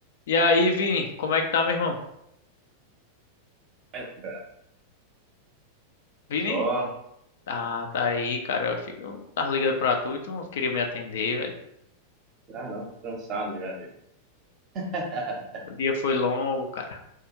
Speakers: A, on the left (about 60°); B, on the right (about 35°).
A: E aí, Vini, como é que tá, meu irmão?
B: Certo, cara.
A: Vini?
B: Só.
A: Tá, tá aí, cara. Eu achei que eu tava ligando pra tu e tu não queria me atender, velho.
B: Ah, não, tô cansado já de. <laughs>
A: O dia foi longo, cara.